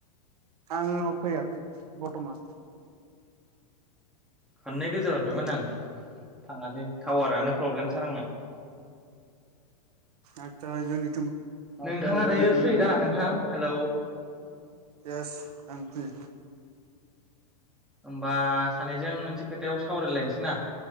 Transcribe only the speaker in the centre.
खोननै गोजो हरदोंमोन आं थाङासै टावारानो प्रब्लेमथार आंनिया।
नोंथाङा दायो फ्रि दा नोंथां? हेलौ।
होमबा सानैजों मोनसे खोथायाव सावरायलायनोसै ना